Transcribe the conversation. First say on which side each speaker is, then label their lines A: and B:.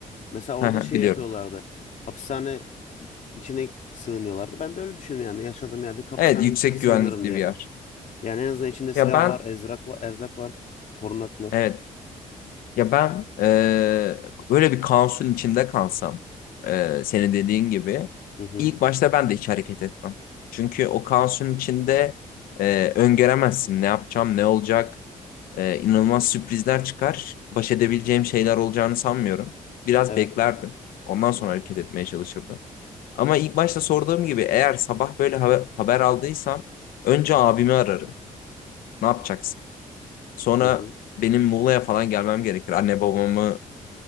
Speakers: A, on the left; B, on the left.
A: Mesela orada
B: Hı hı,
A: şey
B: Biliyorum.
A: yapıyorlardı. Hapishane içine sığınıyorlardı. Ben de öyle düşünüyorum yani yaşadığım yerde hapishanenin
B: Evet yüksek
A: içine sığınırım
B: güvenlikli
A: diye.
B: bir yer.
A: Yani en azından içinde silah
B: Ya ben
A: var, ezrak var, erzak var, korunaklı.
B: Evet. Ya ben eee, böyle bir kaosun içinde kalsam eee senin dediğin gibi
A: Hı hı.
B: ilk başta ben de hiç hareket etmem. Çünkü o kaosun içinde eee, öngöremezsin ne yapacağım ne olacak Eee, inanılmaz sürprizler çıkar. Baş edebileceğim şeyler olacağını sanmıyorum. Biraz
A: Evet.
B: beklerdim. Ondan sonra hareket etmeye çalışırdım. Ama ilk başta sorduğum gibi eğer sabah böyle haber, haber aldıysam önce abimi ararım. Ne yapacaksın? Sonra
A: Hı hı.
B: benim Muğla'ya falan gelmem gerekir. Anne babamı